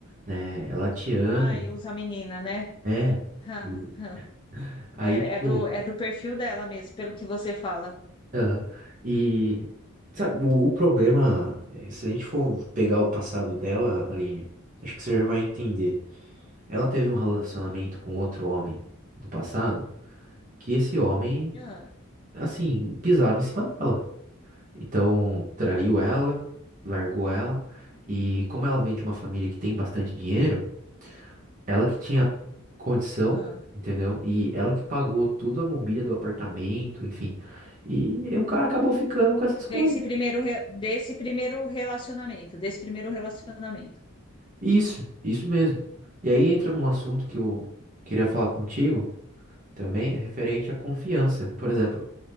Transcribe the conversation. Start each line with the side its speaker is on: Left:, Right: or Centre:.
Right: né? Ela te ama,
Left: Ai, usa a menina, né?
Right: né?
Left: Ah,
Right: E
Left: ah.
Right: aí,
Left: É,
Right: tipo.
Left: é do, é do perfil dela mesmo, pelo que você fala.
Right: Aham. E sabe, o, o problema, é, se a gente for pegar o passado dela, Aline, acho que você já vai entender. Ela teve um relacionamento com outro homem no passado, que esse homem,
Left: Ah,
Right: assim, pisava em cima dela. Então, traiu ela, largou ela, e como ela vem de uma família que tem bastante dinheiro, ela que tinha condição,
Left: ah.
Right: entendeu? E ela que pagou tudo a mobília do apartamento, enfim. E o cara acabou ficando com essas coisas.
Left: Desse primeiro, re- desse primeiro relacionamento, desse primeiro relacionamento.
Right: Isso, isso mesmo. E aí entra num assunto que eu queria falar contigo também, referente à confiança. Por exemplo,